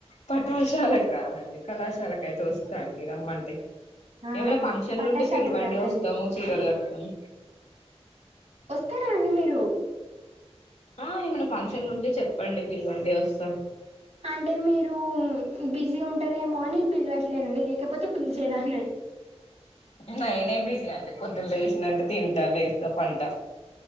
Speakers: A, on the left; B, on the right.
A: పఠాశాలకు రానండి కళాశాలకు అయితే వస్తా అండి రమ్మంటే
B: ఆ
A: ఏమన్న ఫంక్షన్లు
B: పాఠశాలకు
A: ఉంటే పిలవండి
B: రాకండి
A: వస్తాము చీరలు కట్టుకొని
B: వస్తారా అండి మీరు
A: ఆ ఏమన్న ఫంక్షన్లు ఉంటే చెప్పండి పిలవండి వస్తాం
B: అంటే మీరు బిజీ ఉంటారేమోని పిలవట్లేనండి లేకపోతే పిలిచేదాని
A: నేనేం బిజి అండి పొద్దున లేసింన్నంటే తింటా లేస్తా పంట